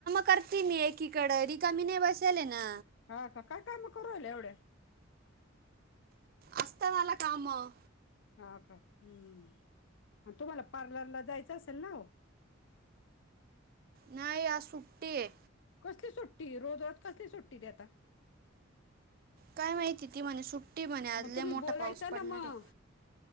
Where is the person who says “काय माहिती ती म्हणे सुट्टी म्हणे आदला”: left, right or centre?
Right